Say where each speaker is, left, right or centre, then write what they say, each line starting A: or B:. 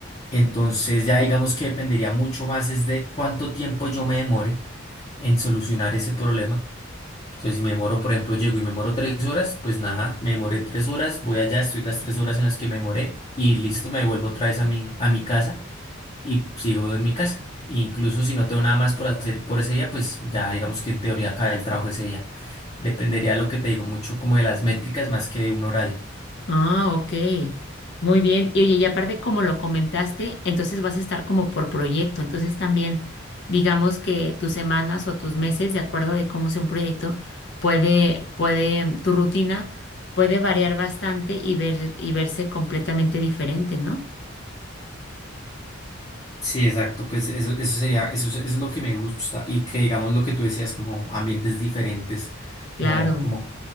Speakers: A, on the left (about 30°); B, on the left (about 60°).
A: Entonces ya digamos que dependería mucho más es de cuánto tiempo yo me demore en solucionar ese problema entonces, si me demoro, por ejemplo, llego y me demoro tres horas, pues nada, me demoré tres horas, voy allá, estoy las tres horas en las que me demoré y listo, me vuelvo otra vez a mi, a mi casa y sigo en mi casa. Incluso si no tengo nada más por hacer por ese día, pues ya digamos que en teoría acaba el trabajo ese día. Dependería de lo que te digo mucho como de las métricas más que de un horario.
B: Ah, ok. Muy bien. Y oye, y aparte, como lo comentaste, entonces vas a estar como por proyecto. Entonces también, digamos que tus semanas o tus meses, de acuerdo de cómo sea un proyecto, puede, puede, tu rutina puede variar bastante y ver, y verse completamente diferente, ¿no?
A: Sí, exacto, pues eso, eso sería, eso, es- eso es lo que me gusta y que digamos lo que tú decías, como ambientes diferentes,
B: Claro,
A: como, como,